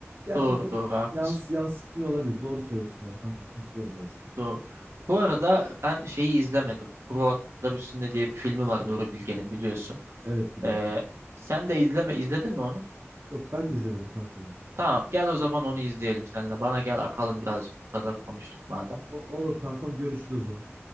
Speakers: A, on the right; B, on the right.
A: Gerçekten
B: Doğru doğru haklısın.
A: yans yansıtmıyor olabilir. Doğru söylüyorsun yani kankam katılıyorum yani sana.
B: Doğru. Bu arada ben şeyi izlemedim. Kuru Otlar Üstünde diye bir filmi var Nuri Bilge'nin biliyorsun.
A: Evet biliyorum.
B: E, sen de izleme izledin mi onu?
A: Yok ben de izlemedim kankam onu.
B: Tamam gel o zaman onu izleyelim seninle. Bana gel
A: Tamam.
B: akalım birazcık. Bu kadar konuştuk madem.
A: O- olur kankam görüşürüz o zaman.